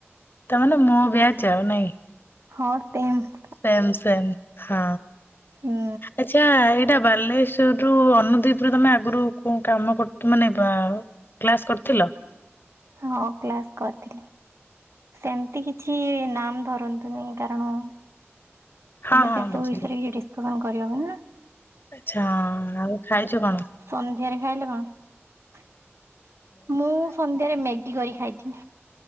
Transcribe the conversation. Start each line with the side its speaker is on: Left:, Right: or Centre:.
Left: ତା ମାନେ ମୋ ବିଆଚ୍ ଆଉ ନାଇ?
Right: ହଁ ଟେଥ୍,
Left: ସେମ୍-ସେମ୍ ହଁ
Right: ହୁଁ
Left: ଆଛା ଏଇଟା ବାଲଲେଶ୍ୱ, ଜଉଠୁ ଅନୁଦୀପ୍ ରେ ତମେ ଆଗରୁ କଉ କାମ କରୁଥୁ ମାନେ ବାଅ କ୍ଲାସ୍ କରିଥିଲ?
Right: ହଁ ଅ କ୍ଲାସ୍ କରିଥିଲି। ସେମିତି କିଛି ନାମ୍ ଧରନ୍ତୁନି କାରଣ,
Left: ହଁ
Right: ଏବେ
Left: ହଁ
Right: ସେ ସବୁ
Left: ବୁଝିଲି।
Right: ବିଷୟରେ କି ଡିସକସନ୍ କରିବା ମନା,
Left: ଆଚ୍ଛା ଆଉ ଖାଇଛ କଣ?
Right: ସନ୍ଧ୍ୟାରେ ଖାଇଲେ କଣ ମୁଁ ସନ୍ଧ୍ୟାରେ ମେଗି କରି ଖାଇଥିଲି,